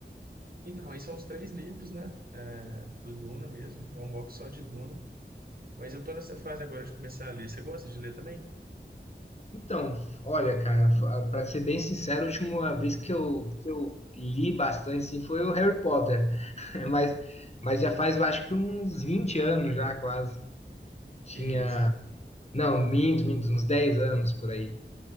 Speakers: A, on the right; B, on the left.
A: Então, aí são os três livros, né? É, do Duna mesmo. É um box só de Duna. Mas eu tô nessa fase agora de começar a ler. Você gosta de ler também?
B: Então, olha, cara, fa- pra ser bem sincero, a última vez que eu, que eu li bastante, assim, foi o Harry Potter. <laughs> Mas, mas
A: <laughs>
B: já faz, eu acho que uns 20 anos já, quase. Tinha.
A: Que isso.
B: Não, minto, minto, uns 10 anos por aí.